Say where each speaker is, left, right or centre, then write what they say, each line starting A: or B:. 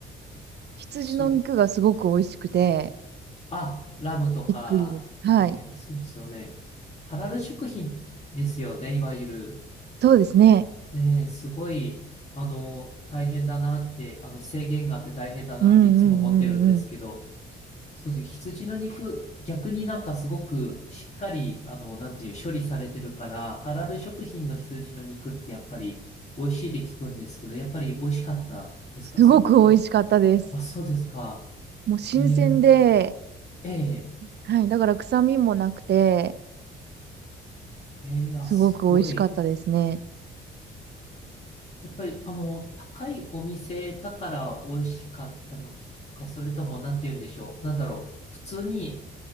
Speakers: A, on the right; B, on the left.
A: 羊の肉がすごく美味しくて、
B: そあ、ラムとか、
A: びっくりです。はい。
B: ね、そうですよね。ハラル食品ですよね、いわゆる。
A: そうですね。
B: ね、すごい、あの、大変だなって、あの、制限があって大変だなっていつも思ってるんですけど、
A: うんうんうんうん。
B: そうですね。羊の肉、逆になんかすごくしっかり、あの、なんていう、処理されてるから、ハラル食品の羊の肉ってやっぱり美味しいって聞くんですけど、やっぱり美味しかったですか、
A: すごく美味しかったです。
B: すごく。あ、そうですか。
A: もう新鮮で、
B: えーええ
A: はい。だから臭みもなくて、
B: ええあ、
A: すごく美味しかったですね。
B: すごい。やっぱり、あの、高いお店だから美味しかったのか、それとも、なんて言うんでしょう。なんだろう。普通に